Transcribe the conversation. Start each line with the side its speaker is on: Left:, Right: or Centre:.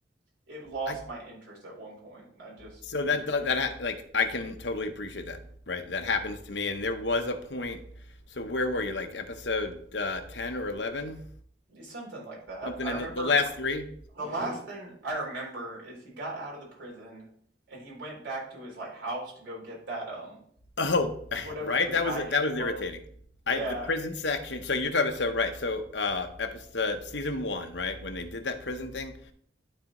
Right: it lost
Left: I
Right: my interest at one point and I just
Left: so
Right: couldn't
Left: that
Right: keep
Left: do-
Right: going.
Left: that like I can totally appreciate that. Right. That happens to me. And there was a point. So where were you? Like episode uh, ten or eleven?
Right: It's something like that.
Left: Something
Right: I remember
Left: in the, the last three.
Right: the last thing I remember is he got out of the prison and he went back to his like house to go get that um
Left: Oh, <laughs>
Right: whatever
Left: Right.
Right: he was
Left: That
Right: hiding
Left: was that was
Right: above.
Left: irritating.
Right: Yeah.
Left: I the prison section. So you're talking about so right. So uh, episode season one. Right when they did that prison thing.